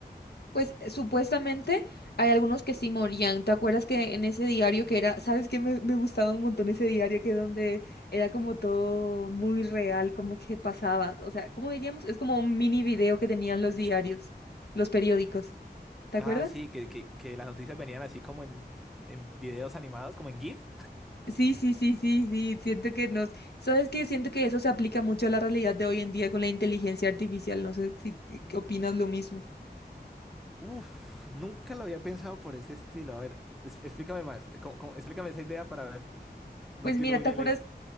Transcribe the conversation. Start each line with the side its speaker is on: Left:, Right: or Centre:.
Left: Pues eh, supuestamente hay algunos que sí morían. ¿Te acuerdas que en ese diario que era, sabes que me, me gustaba un montón ese diario que donde era como todo muy real, como que pasaba? O sea, ¿cómo diríamos? Es como un mini video que tenían los diarios, los periódicos. ¿Te
Centre: Ah,
Left: acuerdas?
Centre: sí, que, que, que las noticias venían así como en, en videos animados, como en GIF.
Left: Sí, sí, sí, sí, sí. Siento que nos, sabes que siento que eso se aplica mucho a la realidad de hoy en día con la inteligencia artificial. No sé si si opinas lo mismo.
Centre: Uf, nunca lo había pensado por ese estilo. A ver, es- explícame más. eh, ¿Cómo- cómo- explícame esa idea para ver. No
Left: Pues
Centre: entiendo
Left: mira,
Centre: muy
Left: ¿te
Centre: bien
Left: acuerdas?
Centre: la